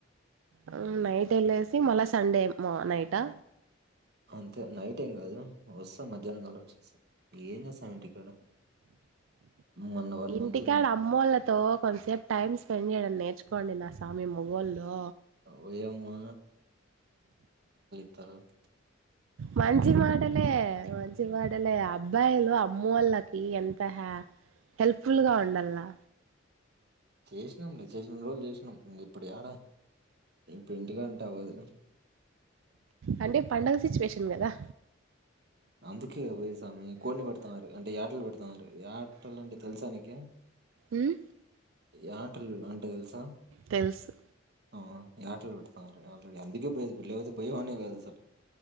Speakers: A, on the right; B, on the right.
A: ఆ నైట్ వెళ్ళేసి మళ్ళా సండే మొ నైటా
B: అంతే నైట్ ఏం కాదు వస్తాం మధ్యాహ్నం కల్ల వచ్చేస్తా ఏం చేస్తాం ఇంటికాడ మొన్న వన్
A: ఇంటికాడ
B: మంత్ ఉన్నా
A: అమ్మోళ్ళతో కొంచసేపు టైమ్ స్పెండ్ చేయడం నేర్చు కొండి నా స్వామి మొగోళ్ళు
B: ఓయమ్మా త
A: మంచిి మాటలే మంచిి మాటలే అబ్ అబ్బాయిలు అమ్మ వాళ్ళకి ఎంత హ హెల్ప్ఫుల్గా ఉండలా
B: చేసాంలే చేసినన్ని రోజులు చేసినం ఇంగిప్పుడు ఏడా ఇప్పుడు ఇంటి కడుంటే అవ్వదు
A: అంటే పండగ సిచ్యువేషన్ కదా
B: అందుకేగా పోయ్యేది స్వామి కోడిని పెడతన్నారు అంటే ఆటలు పెడుతున్నా యాటల్ అంటే తెలుసా నీకు
A: ఉమ్
B: యాటలు అంటే తెలుసా
A: తెలుసు
B: హు ఆటలు పెడతాంే ఆల్రెడీ అందుకే పోయేది లేకపోతే పోయేవాన్నే కాదు అసలు